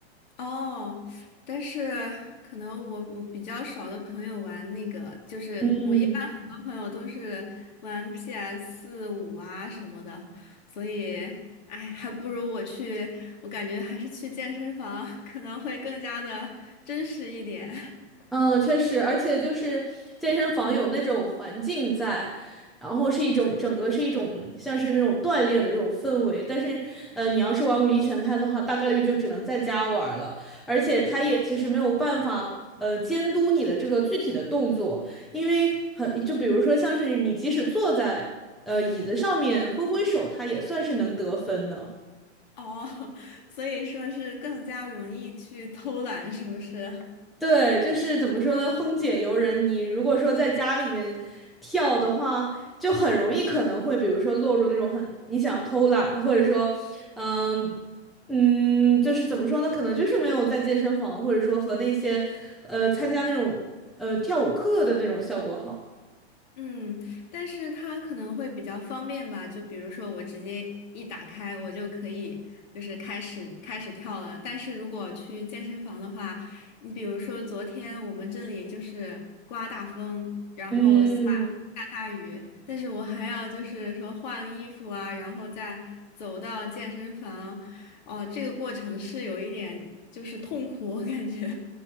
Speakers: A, on the left; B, in the centre.
A: 哦，但是可能我我比较少的朋友玩那个，就是我一般很多朋友都是玩
B: 嗯。
A: PS 五啊什么的，所以哎，还不如我去，我感觉还是去健身房可能会更加的真实一点。<laughs>
B: 嗯，确实，而且就是健身房有那种环境在，然后是一种整个是一种像是那种锻炼的这种氛围。但是，呃，你要是玩武力全开的话，大概率就只能在家玩了。而且，他也其实没有办法呃监督你的这个具体的动作，因为很就比如说像是你即使坐在呃椅子上面挥挥手，它也算是能得分的。
A: 哦，所以说是更加容易去偷懒，是不是？
B: 对，就是怎么说呢？风解游人，你如果说在家里面跳的话，就很容易可能会，比如说落入那种很你想偷懒，或者说，嗯嗯，就是怎么说呢？可能就是没有在健身房，或者说和那些呃参加那种呃跳舞课的那种效果好。
A: 嗯，但是它可能会比较方便吧，就比如说我直接一打开，我就可以就是开始开始跳了。但是如果去健身房的话，你比如说昨天我们这里就是刮大风，然后下下大雨，
B: 嗯，
A: 但是我还要就是说换衣服啊，然后再走到健身房，哦、这个过程是有一点就是痛苦，我感觉。